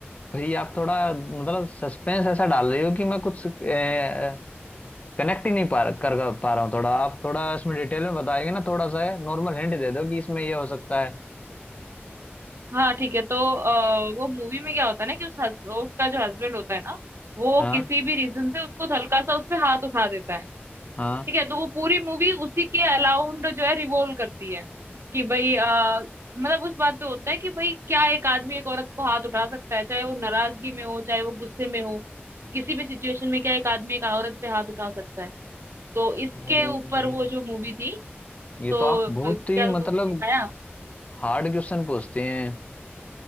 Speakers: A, on the left; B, on the right.
A: भाई आप थोड़ा मतलब सस्पेंस ऐसा डाल रही हो कि मैं कुछ कनेक्ट ही नहीं पा कर पा रहा हूँ थोड़ा आप थोड़ा इसमें डिटेल में बताएंगे ना थोड़ा सा नॉर्मल हिंट दे दो कि इसमें ये हो सकता है
B: हाँ ठीक है तो अ, वो मूवी में क्या होता है ना कि उस हस, उसका जो हस्बैंड होता है ना वो
A: हाँ
B: किसी भी रीजन से उसको हल्का सा उस पे हाथ उठा देता है
A: हाँ
B: ठीक है तो वो पूरी मूवी उसी के अलाउंड जो है रिवॉल्व करती है कि भाई आ, मतलब उस बात पे होता है कि भाई क्या एक आदमी एक औरत को हाथ उठा सकता है चाहे वो नाराजगी में हो चाहे वो गुस्से में हो किसी भी सिचुएशन में क्या एक आदमी एक औरत पे हाथ उठा सकता है तो इसके
A: हम्म,
B: ऊपर वो जो मूवी थी
A: ये
B: तो
A: तो आप बहुत
B: क्या
A: ही मतलब
B: तुमको कुछ दिखाया
A: हार्ड क्वेश्चन पूछते हैं